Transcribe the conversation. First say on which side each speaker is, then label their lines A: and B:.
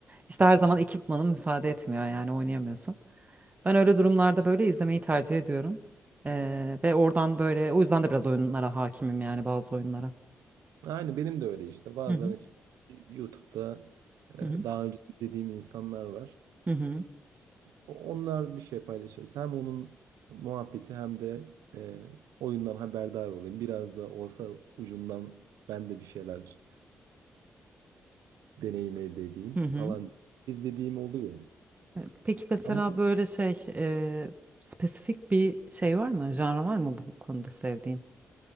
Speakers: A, on the right; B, on the right.
A: işte
B: Hı
A: her
B: hı.
A: zaman ekipmanın müsaade etmiyor yani oynayamıyorsun. Ben öyle durumlarda böyle izlemeyi tercih ediyorum. E, ve oradan böyle o yüzden de biraz oyunlara hakimim yani bazı oyunlara.
B: Aynı benim de öyle işte. Bazen
A: Hı hı
B: işte YouTube'da e,
A: hı hı
B: daha önce izlediğim insanlar var.
A: hı hı.
B: O- Onlar bir şey paylaşırız. Hem onun muhabbeti hem de e, oyundan haberdar olayım. Biraz da olsa ucundan ben de bir şeyler deneyim elde edeyim
A: hı hı.
B: falan. İzlediğim oluyor.
A: Evet, Peki mesela
B: Ama
A: böyle şey e, spesifik bir şey var mı? Janra var mı bu konuda sevdiğin?